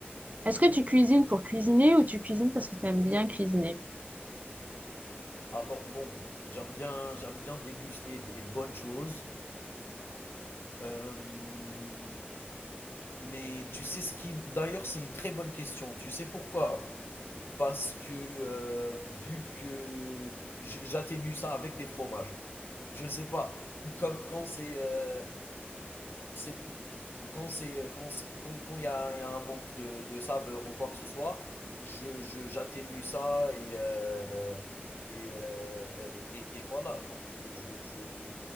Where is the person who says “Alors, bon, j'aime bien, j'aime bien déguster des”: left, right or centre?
Left